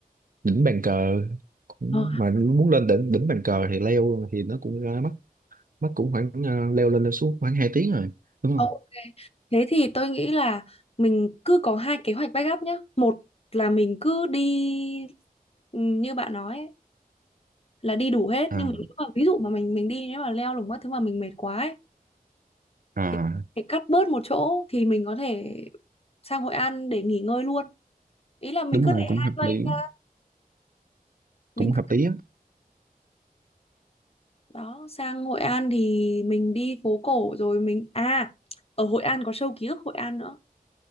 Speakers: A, on the right; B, on the left.
A: đỉnh bàn cờ cũng
B: Ờ.
A: mà muốn lên đỉnh đỉnh bàn cờ thì leo thì nó cũng ra mắc mất cũng khoảng ờ, leo lên leo xuống khoảng 2 tiếng rồi đúng
B: Ok.
A: không
B: Thế thì tôi nghĩ là mình cứ có hai kế hoạch backup nhá. Một là mình cứ đi ừ, như bạn nói ấy, là đi đủ hết
A: à
B: nhưng mà nếu mà ví dụ mà mình mình đi nếu mà leo lủng các thứ mà mình mệt quá ấy,
A: à
B: thì thì cắt bớt một chỗ thì mình có thể sang Hội An để nghỉ ngơi luôn. Ý là mình
A: đúng
B: cứ
A: rồi
B: để
A: cũng
B: hai
A: hợp
B: plan
A: lý
B: ra, mình
A: cũng
B: cứ
A: hợp lý á
B: đó sang Hội An thì mình đi phố cổ rồi mình à ở Hội An có show ký ức Hội An nữa.